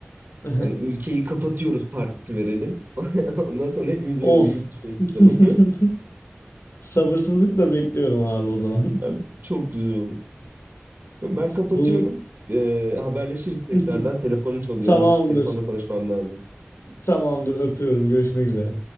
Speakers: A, on the left; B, on the right.
A: <laughs>
B: Hani ülkeyi kapatıyoruz partisi verelim. <laughs> Ondan sonra hepimiz böyle
A: Of.
B: bir yurt dışına çıkalım.
A: <laughs> Sabırsızlıkla bekliyorum abi o zaman.
B: <laughs> Abi, çok güzel olur. Ben
A: <laughs>
B: kapatıyorum.
A: Bu
B: Ee, haberleşiriz tekrardan.
A: <laughs>
B: Telefonum çalıyor.
A: tamamdır.
B: Onunla telefonla konuşmam lazım.
A: Tamamdır. Öpüyorum. Görüşmek üzere.